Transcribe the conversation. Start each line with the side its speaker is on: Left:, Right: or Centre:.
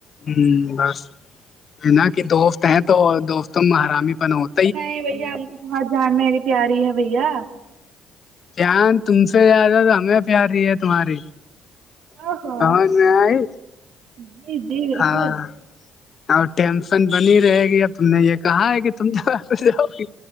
Left: ہاں بس نا کہ دوست ہیں تو دوستوں میں آرام ہی پن ہوتے
Right: نہیں بھیا م بت جان میری پیاری ہے بھیا
Left: پیان تم سے زیادہ تو ہمیں پیاری ہے تمہاری
Right: او ہو
Left: آواز میں آئے
Right: جی جی بالکل
Left: ہاں اور ٹینشن بنی رہے گی اب ت نے یہ کہا ہے کہ تم جاں جاؤ گی